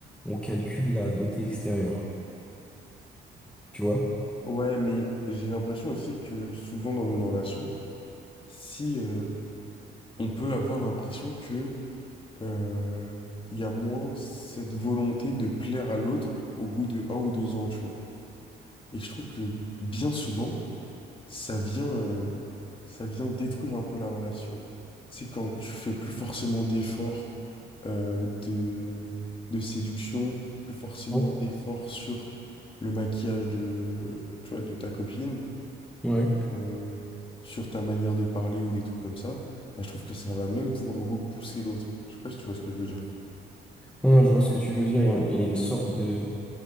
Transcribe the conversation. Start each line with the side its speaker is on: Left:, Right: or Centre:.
Centre: on calcule la beauté extérieure. Tu vois?
Left: Ouais, mais j'ai l'impression aussi que souvent dans une relation, si, euh, on peut avoir l'impression que euh, il y a moins cette volonté de plaire à l'autre au bout de un ou deux ans, tu vois. Et je trouve que bien souvent, ça vient, euh, ça vient détruire un peu la relation. Tu sais, quand tu fais plus forcément d'efforts euh, de, de séduction, plus forcément
Centre: Ouais.
Left: d'efforts sur le maquillage de, tu vois, de ta copine
Centre: Ouais.
Left: euh, sur ta manière de parler ou des trucs comme ça, bah, je trouve que ça va même pouvoir repousser l'autre. Je sais pas si tu vois ce que je veux dire.
Centre: Non, non, je vois ce que tu veux dire. Il y a, il y a une sorte de,